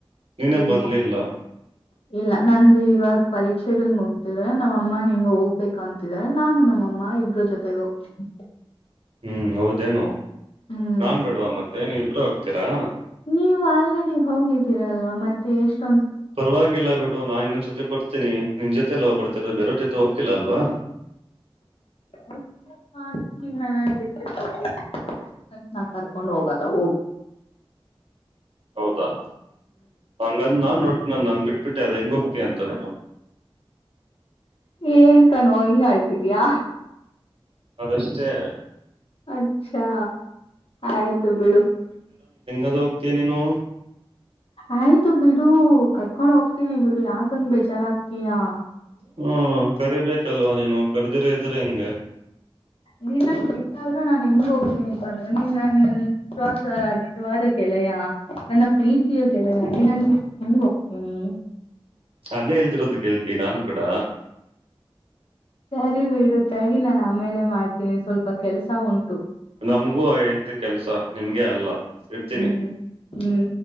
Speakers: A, on the right (about 80°); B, on the left (about 75°).
A: ನೀನೇ
B: ಇಲ್ಲ
A: ಬರ್ಲಿಲ್ಲ
B: ಇಲ್ಲ ನಂದು ಇವಾಗ್ ಪರಿಷೆಗುಲ್ ಮುಗ್ಧಡದೆ ನಮ್ಮ ಅಮ್ಮನ ಹಿಂಗ ಹೋಗ್ಬೇಕು ಅಂತಿದ್ದಾರೆ ನಾನು ನಮ್ಮಮ್ಮ ಇಬ್ರು ಜೊತೆಗೆ ಹೋಗ್ತೀನ್ <inaudible>
A: ಹ್ಮ್ ಹೌದೇನು
B: ಹ್ಮ್
A: ನಾನ್ ಬೇಡ್ವಾ ಮತ್ತೆ ನೀವ್ ಇಬ್ರೇ ಹೋಗ್ತೀರಾ.
B: ನೀವು ಆಲ್ರೆಡಿ ಹೋಗಿದ್ದೀರಲ್ವಾ ಮತ್ತೆ ಎಷ್ಟ
A: ಪರವಾಗಿಲ್ಲ ಬಿಡು ನಾನ್ ಇನ್ನೊಂದ ಸತಿ ಬರ್ತೇನಿ. ನಿನ್ ಜೊತೆ ಎಲ್ಲ ಹೋಗ್ಬಿಡ್ತರ ಬೇರವ ಜೊತೆ ಹೋಗ್ತಿಲ್ಲ ಅಲ್ವಾ.
B: <inaudible> ನನ್ನನ್ ಬೆಟ್ಟ. <unintelligible> ನಾ ಕರ್ಕೊಂಡ್ ಹೋಗಲ್ಲ ಹೋಗು.
A: ಹೌದಾ ಹಂಗಂದ್ ನಾನ್ ನೋಡ್ತಿ ನಾನ್ ನನ್ ಬಿಟ್ಬಿಟ್ಟೆ ಅದ್ ಹೆಂಗ ಹೋಗ್ತ ಅಂತ ನೀನು.
B: ಏನ್ ಕಣೋ ಹಿಂಗ ಆಡ್ತಿದೀಯಾ.
A: ಅದಷ್ಟೇ.
B: ಅಚ್ಚಾ ಆಯ್ತು ಬಿಡು.
A: ಅದು ಹೋತಿ ನೀನು.
B: ಆಯ್ತು ಬಿಡು ಕರ್ಕೊಂಡ್ ಹೋಗ್ತೀನಿ ಬಿಡು ಯಂಗಂಗ ಬೇಜಾರಾಗಗ್ತಯಾ.
A: ಹ್ಮ ಕರಿಬೇಕಲ್ವಾ ನೀನು ಕಡದಿರ ಇದ್ರೆ ಹೆಂಗೆ.
B: ನೀನ್ನನ್ ಬಿಟದ್ರೂ ನಾನ್ ಹೆಂಗ್ ಹೋಗತೀನಿ ಕಣೋನಿನ್ ನನ್ ನಿಜವಾದ ನಿಜವಾದ ಗೆಳ್ ಗೆಳೆಯಾ ನನ್ನ ಪ್ರೀತಿಯ ಗೆಳೆಯ ನೀ ನನ್ಗೆ ಹೆಂಗ ಹೋಗ್ತೀನಿ
A: ಅದೇ ಹೇಲ್ತಿರೋದು ಗೆಳ್ತಿ ನಾನ್ ಕೂಡ.
B: ಸರಿ ಬಿಡು ತಡಿ ನಾನ್ ಆಮೇಲೆ ಮಾಡ್ತೀನಿ ಸ್ವಲ್ಪ ಕೆಲ್ಸ ಉಂಟ್
A: ನಮ್ಗೂ ಐತಿ ಕೆಲ್ಸ ನಿಮ್ಗೆ ಅಲ್ಲ ಇರ್ತೀನಿ.
B: ಹ್ಮ್ ಹ್ಮ್.